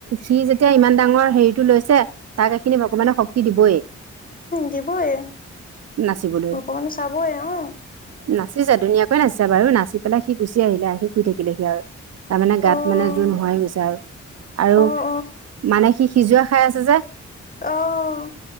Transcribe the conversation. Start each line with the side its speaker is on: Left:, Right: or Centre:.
Right: সি যেতিয়া ইমান। ডাঙৰ হেৰিতটো লৈছে তাক এইখিনি ভগৱানে শক্তি দিবই।
Left: দিবইে
Right: নাচিবলৈ
Left: ভগবানে চাবই অ'।
Right: নাচিছে ধুনীয়াকৈ নাচিছে বাৰু নাচি পেলাই সি গুচি আহিলে আহি শুই থাকিলে সি আৰু। তাৰমানে গাত
Left: অ',
Right: মানে জোৰ নোহোৱাই হৈ গৈছে আৰু আৰু
Left: অ',
Right: মানে সি। সিজোৱা খাই আছে যে।
Left: অহ।